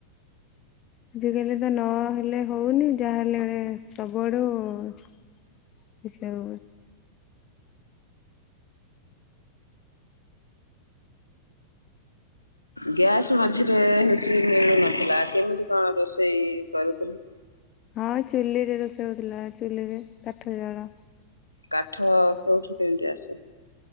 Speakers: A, on the left; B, on the left.
A: ଆଜିକାଲି ତ ନହେଲେ। ହୋଉନି ଯାହାହେଲେ ବ ସବୁଆଡୁ ସେଛ
B: ଗ୍ୟାସ୍ ମଝିରେ ହଉଛି ମିଳୁନଥିଲା କେମିତି କଣ ର ସେଇ କରୁଥିଲୁ।
A: ହଁ ଚୁଲିରେ ରୋଷେଇ ହେଉଥିଲା ଚୁଲିରେ କାଠ ଜାଳ
B: କାଠ କୋଉଠୁ କେମିତି ଆସେ